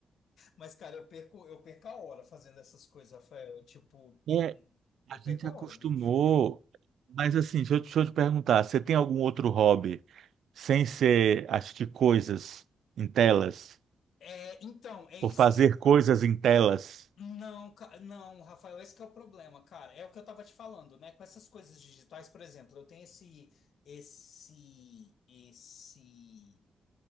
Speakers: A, on the left; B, on the right.
A: Mas, cara, eu perco, eu perco a hora fazendo essas coisas, Rafael. Tipo,
B: É,
A: eu
B: a
A: perco
B: gente
A: a
B: acostumou,
A: hora, bicho.
B: mas assim, deixa eu, deixa eu te perguntar, você tem algum outro hobby sem ser assistir coisas em telas
A: É, então, é
B: ou
A: isso
B: fazer
A: que.
B: coisas em telas?
A: Não, ca- não, Rafael, esse que é o problema, cara. É o que eu tava te falando, né? Com essas coisas digitais, por exemplo, eu tenho esse, esse, esse